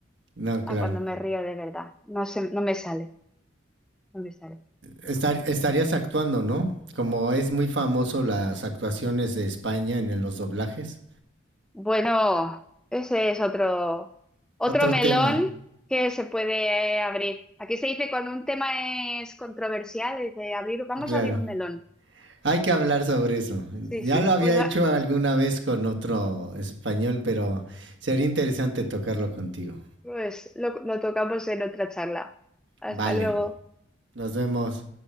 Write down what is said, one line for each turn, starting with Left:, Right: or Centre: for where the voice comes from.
Right: No, claro.
Centre: a cuando me río de verdad. No se, no me sale, no me sale.
Right: Estar, estarías actuando, ¿no? Como es muy famoso las actuaciones de España en el- los doblajes.
Centre: Bueno, ese es otro, otro
Right: Otro
Centre: melón
Right: tema,
Centre: que se puede eh, abrir. Aquí se dice cuando un tema es controversial, dice abrir, vamos
Right: claro.
Centre: a abrir un melón.
Right: Hay que hablar sobre eso.
Centre: Sí,
Right: Ya
Centre: sí,
Right: lo había
Centre: pues
Right: hecho
Centre: a-
Right: alguna vez con otro español, pero sería interesante tocarlo contigo.
Centre: Pues lo, lo tocamos en otra charla. Hasta
Right: Vale,
Centre: luego.
Right: nos vemos.